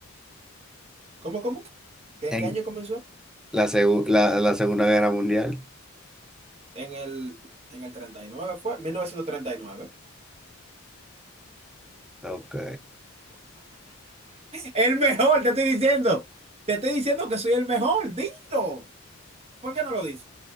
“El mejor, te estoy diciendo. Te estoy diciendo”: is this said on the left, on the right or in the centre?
Right